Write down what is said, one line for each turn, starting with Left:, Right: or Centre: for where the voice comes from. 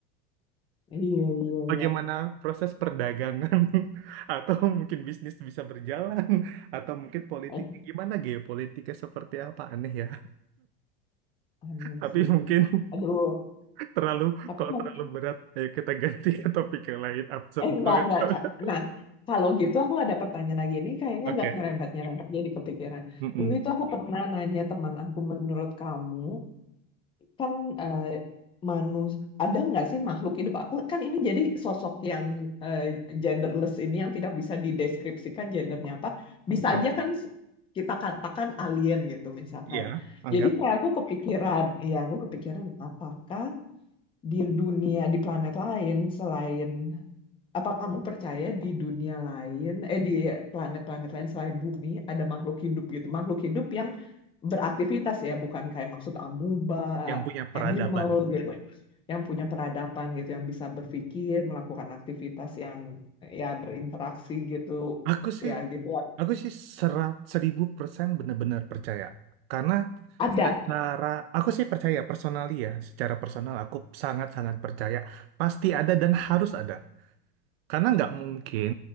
Left: Iya iya
Right: bagaimana
Left: iya.
Right: proses perdagangan <laughs> atau mungkin bisnis bisa berjalan atau mungkin politik
Left: Eh,
Right: gimana geopolitiknya seperti apa aneh ya
Left: aneh
Right: tapi
Left: sih.
Right: mungkin
Left: Aduh.
Right: <laughs> terlalu
Left: Tapi
Right: kalau
Left: mung-
Right: terlalu berat ayo kita ganti ke topik yang lain absurd
Left: eh nggak
Right: banget
Left: nggak.
Right: <laughs>
Left: Kak. Nah kalau gitu aku ada pertanyaan lagi ini kayaknya
Right: oke
Left: agak nyerempet nyerempet jadi kepikiran.
Right: Mm-mm.
Left: Dulu itu aku pernah nanya teman aku menurut kamu kan eh, manus ada nggak sih makhluk hidup aku kan ini jadi sosok yang eh, genderless ini yang tidak bisa dideskripsikan gendernya apa bisa
Right: betul
Left: aja kan s- kita katakan alien gitu misalkan
Right: ya anggap
Left: jadi kayak aku kepikiran ya aku kepikiran apakah di dunia di planet lain selain apa kamu percaya di dunia lain, eh di planet-planet lain selain bumi, ada makhluk hidup gitu? Makhluk hidup yang beraktivitas ya, bukan kayak maksud amuba,
Right: yang punya peradaban
Left: animal gitu. Yang punya peradaban gitu, yang bisa berpikir, melakukan aktivitas yang ya berinteraksi gitu.
Right: aku sih
Left: Ya gitu.
Right: Aku sih serat seribu persen benar-benar percaya. Karena
Left: Ada.
Right: secara, aku sih percaya personally ya, secara personal aku sangat-sangat percaya. Pasti ada dan harus ada karena nggak mungkin